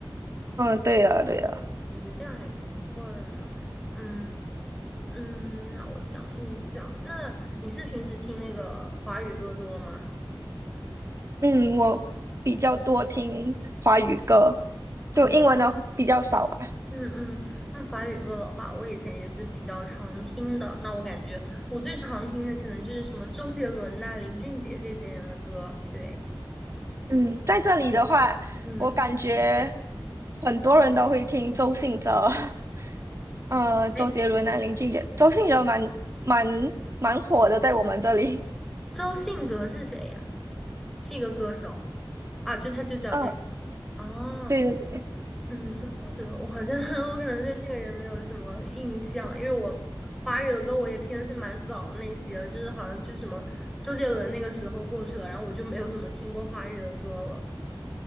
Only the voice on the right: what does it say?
嗯，对的，对的。
嗯，我比较多听华语歌，
就英文的比较少吧。
嗯，在这里的话，
我感觉很多人都会听周信哲，<laughs> 呃，
周杰伦啊，林俊杰，周信哲蛮蛮蛮火的，在我们这里。
嗯，
对对对，